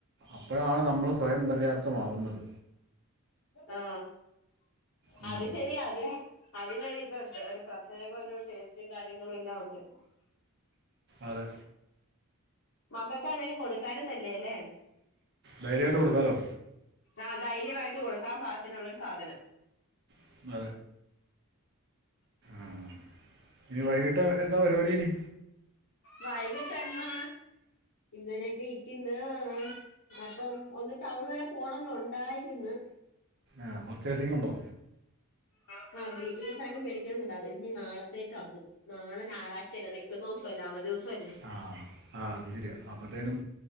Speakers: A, on the right; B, on the left.
A: അപ്പോഴാണ് നമ്മൾ സ്വയം പര്യാപ്തമാവുന്നത്
B: ആ
A: ഉം.
B: അത് ശരി അതിന് അതിനൊ ഇതുണ്ട് ഒരു പ്രത്യേക ഒരു ടേസ്റ്റും കാര്യങ്ങളും എല്ലാം ഉണ്ട്
A: അതെ
B: മക്കൾക്കാണേങ്കലും കൊടുക്കാനും തല്ലേ അല്ലേ
A: ധൈര്യായിട്ട് കൊടുക്കാലോ
B: ആ ധൈര്യമായിട്ട് വിട്ട കൊടുക്കാൻ പാത്തിനുള്ളരു സാധനം
A: കൊടുക്കാം ആഹ് ഇനി വൈകിട്ട് എന്താ പരിപാടി ഇനി
B: വൈകിട്ട് എന്താ ഇങ്ങനെയൊക്കെ ഇരിക്കുന്നു അപ്പം ഒന്ന് ടൗൺ വരെ പോണം ന്നുണ്ടായിരുന്ന്
A: ആ പർച്ചേസിങ് ഉണ്ടോ
B: ആഹ വീട്ടില സാധനം മേടിക്കണന്നണ്ട അത് ഇനിഞ് നാളത്തേക്ക ആക്കും നാളെ ആറാഴ്ചയല്ലേ നിക്കുന്ന ദിവസംല്ലേ അവദി ദിവസം അല്ലേ
A: ആ ആ അത് ശരിയാ അപ്പോഴ അത്തേനും